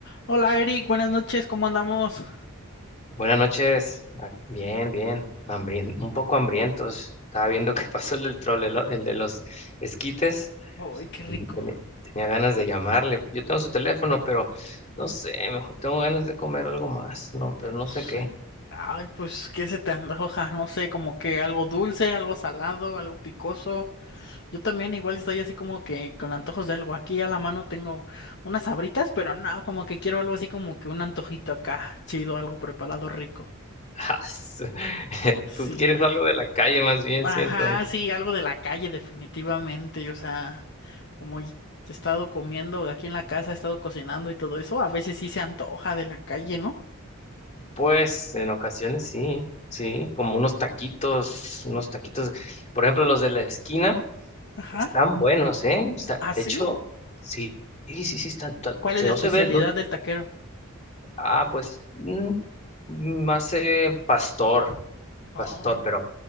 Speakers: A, on the left; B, on the left.
A: Hola Eric, buenas noches, ¿cómo andamos?
B: Buenas noches. Ah, Bien, bien. Hambrien- un poco hambrientos. Estaba viendo qué <laughs> pasó el del troll, el, o- el de los esquites.
A: Ay, qué rico.
B: Tenía, tenía ganas de llamarle. Yo tengo su teléfono, pero no sé, mejor tengo ganas de comer algo más. No, pero no
A: Sí.
B: sé qué.
A: Ay, pues, ¿qué se te antoja? No sé, como que algo dulce, algo salado, algo picoso. Yo también igual estoy así como que con antojos de algo. Aquí a la mano tengo unas sabritas, pero no, como que quiero algo así como que un antojito acá, chido, algo preparado rico.
B: <laughs> <laughs>
A: Sí.
B: Tú quieres algo de la calle, más bien
A: Ajá,
B: siento, ¿no?
A: sí, algo de la calle definitivamente. O sea, como y- he estado comiendo aquí en la casa, he estado cocinando y todo eso, a veces sí se antoja de la calle, ¿no?
B: Pues en ocasiones sí, sí, como unos taquitos, unos taquitos, por ejemplo, los de la esquina.
A: Ajá.
B: Están buenos, ¿eh? Está-
A: ¿Ah, sí?
B: de hecho, sí, sí, sí, sí, están. ta-
A: ¿Cuál
B: Se
A: es la
B: no
A: especialidad
B: se ve. no-
A: del taquero?
B: ah, pues, mm, más eh, pastor, pastor,
A: Oh.
B: pero